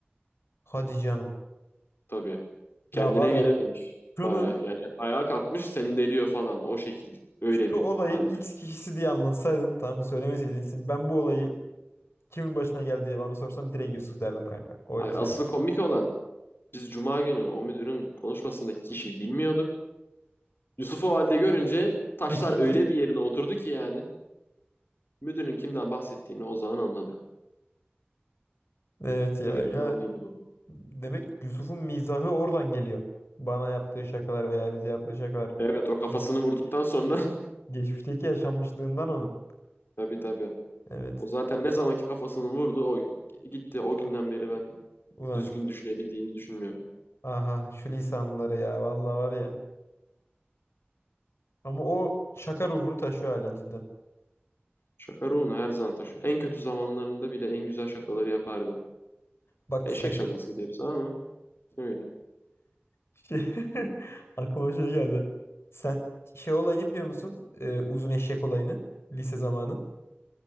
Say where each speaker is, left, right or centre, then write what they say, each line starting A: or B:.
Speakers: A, on the left (about 85°); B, on the left (about 60°).
A: Hadi canım.
B: Tabii. Kendine
A: Ya var ya
B: gelememiş.
A: Şunu
B: Baya yani ayağa kalkmış seni deliyor falan o şekil. Öyle
A: şu
B: bir
A: olayı
B: halde.
A: X kişisi diye anlatsaydın tamam mı söylemeseydin isim, ben bu olayı kimin başına geldi diye bana sorsan direkt
B: Hmm.
A: Yusuf derdim kanka. Öyle
B: Hayır
A: söyleyeyim.
B: asıl komik olan biz Cuma günü o müdürün konuşmasındaki kişiyi bilmiyorduk. Yusuf'u o halde görünce taşlar
A: <laughs>
B: öyle bir yerine oturdu ki yani. Müdürün kimden bahsettiğini o zaman anladık.
A: Evet ya
B: Böyle
A: ya
B: bir anıydı bu.
A: demek Yusuf'un mizahı oradan geliyor. Bana yaptığı şakalar veya bize yaptığı şakalar.
B: Evet o kafasını
A: Geçmişteki,
B: vurduktan sonra
A: geçmişteki yaşanmışlığından onun.
B: <laughs> tabii tabii.
A: Evet.
B: O zaten ne zamanki kafasını vurdu o gitti. O günden beri ben
A: Ulan
B: düzgün düşünebildiğini düşünmüyorum.
A: aha şu lisanları ya vallahi var ya. Ama o şaka ruhunu taşıyor hala cidden.
B: Şaka ruhunu her zaman taşıyor. En kötü zamanlarında bile en güzel şakaları yapardı.
A: Bak
B: Eşek
A: sen şey
B: şakasıydı hepsi ama öyle.
A: Şey, <laughs> aklıma şey geldi. Sen şey olayını biliyor musun? Ee, uzun eşek olayını. Lise zamanı.